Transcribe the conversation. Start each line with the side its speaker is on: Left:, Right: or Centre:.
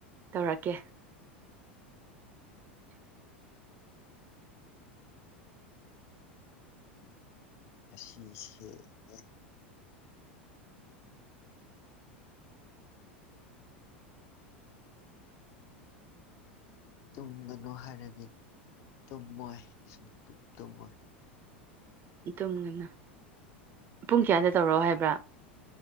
Right: ꯇꯧꯔꯛꯀꯦ
Left: ꯑꯁꯤ ꯁꯦ ꯑꯦ
Right: <inaudible>
Left: ꯇꯨꯝꯒꯅꯨ ꯍꯥꯏꯔꯗꯤ ꯇꯨꯝꯃꯣꯏ ꯁꯨꯝꯇꯨꯝ ꯇꯨꯝꯃꯣꯏ
Right: ꯇꯨꯝꯒꯅ ꯄꯨꯡ ꯀꯌꯥꯗ ꯇꯧꯔꯛꯑꯣ ꯍꯥꯏꯕ꯭ꯔꯥ